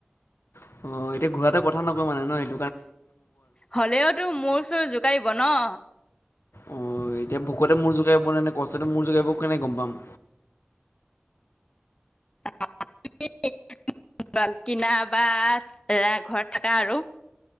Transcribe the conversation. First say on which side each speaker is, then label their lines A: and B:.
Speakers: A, on the left (about 85°); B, on the left (about 25°).
A: অ, এতিয়া ঘোঁৰাটোৱে কথা নকওঁ মানে ন এতিয়া।
B: হ'লেওতো মূৰ-চুৰ জোকাৰিব ন!
A: অ, এতিয়া ভোকতে মূৰ জোকাৰিব নে, কষ্টতে মূৰ জোকাৰিব, কেনে গম পাম?
B: <unintelligible> কিনা বা ঘৰত থাকা আৰু।